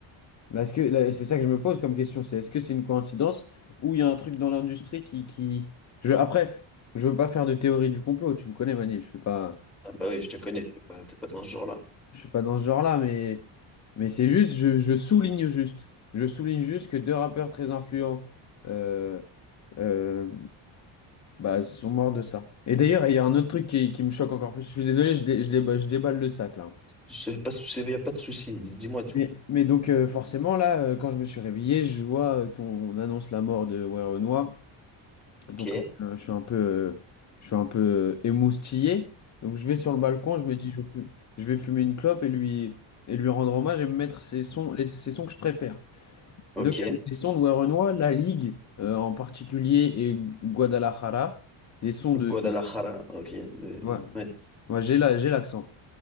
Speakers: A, on the left; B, in the centre.
A: Mais Est-ce que là, c'est ça que je me pose comme question, c'est est-ce que c'est une coïncidence ou il y a un truc dans l'industrie qui, qui... Je, après, je veux pas faire de théorie du complot, tu me connais, Manil, je suis pas,
B: Ah bah oui, je te connais, t'es pas, t'es pas dans ce genre-là.
A: je suis pas dans ce genre-là, mais, mais c'est juste, je, je souligne juste, je souligne juste que deux rappeurs très influents euh, euh, bah, sont morts de ça. Et d'ailleurs, il y a un autre truc qui, qui me choque encore plus. Je suis désolé, je, dé- je, déba- je déballe le sac là.
B: C'est pas, il y a pas de souci. Dis- Dis-moi tout.
A: Mais, mais donc euh, forcément là, euh, quand je me suis réveillé, je vois euh, qu'on annonce la mort de Werenoi. Donc,
B: Ok.
A: euh, je suis un peu, euh, je suis un peu euh, émoustillé. Donc, je vais sur le balcon, je me dis, je vais fu- je vais fumer une clope et lui, et lui rendre hommage et me mettre ses sons, les, ses sons que je préfère.
B: Ok.
A: Et donc, il y avait des sons de Werenoi, La Ligue euh, en particulier et Guadalajara. Des sons de.
B: Guadalajara. Ok. De-
A: Ouais,
B: ouais.
A: ouais, j'ai la- j'ai l'accent.